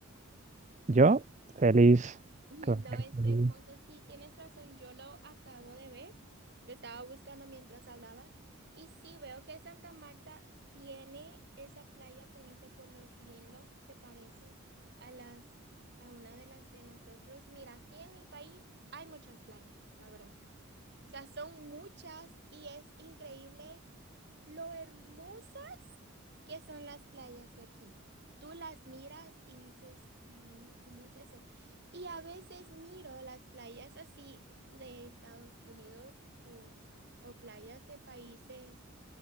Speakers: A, on the right; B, on the right.
A: yo feliz,
B: <laughs> No,
A: contento
B: está hermoso. Sí, tienes razón. Yo lo acabo de ver. Lo estaba buscando mientras hablabas. Y sí, veo que Santa Marta tiene esa playa con ese color lindo. Se parece a las, a una de las de nosotros. Mira, aquí en mi país hay muchas playas, la verdad. O sea, son muchas y es increíble lo hermosas que son las playas de aquí. Tú las miras y dices, no, ¿cómo es eso? Y a veces miro las playas así de Estados Unidos o, o playas de países,